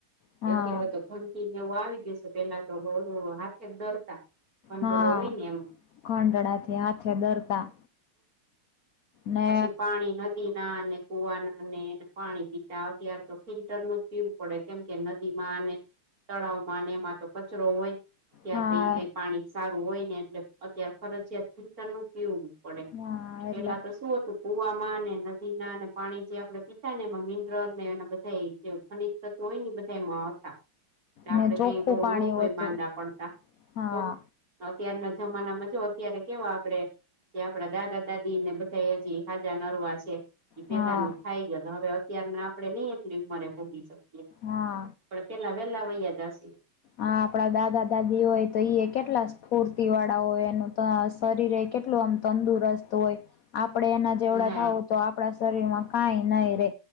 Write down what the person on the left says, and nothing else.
હા
હા,
ખંડળાથી હાથે દરતા. ને
હા
હા
એટલે
ને ચોખ્ખું
પાણી
હોતું
હા
હા
હા
આ આપડા દાદા-દાદી હોય તો ઈ કેટલા સ્ફૂર્તિ વાળા હોય એનું ત શરીરે એ કેટ લું આમ તંદુરસ્ત હોય. આપડે એના જેવડા
થાવું તો આપડા શરીર માં કાંઈ નાઈ રે.